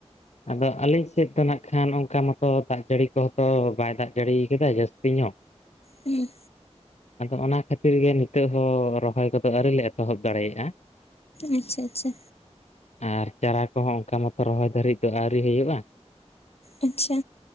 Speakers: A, on the left (about 80°); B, on the left (about 65°).
A: ᱟᱫᱚ ᱟᱹᱞᱤᱧ ᱥᱮᱫ ᱫᱚ ᱱᱟᱜ ᱠᱷᱟᱱ ᱚᱱᱠᱟ ᱢᱚᱛᱚ ᱫᱟᱜ ᱡᱟᱹᱲᱤ ᱠᱚᱦᱚᱸᱛᱚ ᱵᱟᱭ ᱫᱟᱜ ᱡᱟᱹᱲᱤ ᱟᱠᱟᱫᱟᱭ ᱡᱟᱹᱥᱛᱤ ᱧᱚᱜ᱾ <inaudible>
B: ᱦᱮᱸ
A: ᱟᱫᱚ ᱚᱱᱟ ᱠᱷᱟᱹᱛᱤᱨ ᱜᱮ ᱱᱤᱛᱚᱜ ᱦᱚᱸ ᱨᱚᱦᱚᱭ ᱠᱚᱫᱚ ᱟᱹᱣᱨᱤ ᱞᱮ ᱮᱛᱚᱦᱚᱵ ᱫᱟᱲᱮᱭᱟᱜᱼᱟ᱾
B: ᱟᱪᱪᱷᱟ ᱟᱪᱪᱷᱟ
A: ᱟᱨ ᱪᱟᱨᱟ ᱠᱚᱦᱚᱸ ᱚᱱᱠᱟ ᱢᱚᱛᱚ ᱨᱚᱦᱚᱭ ᱫᱷᱟᱹᱨᱤᱡ ᱫᱚ ᱟᱹᱣᱨᱤ ᱦᱩᱭᱩᱜᱼᱟ᱾
B: ᱟᱪᱪᱷᱟ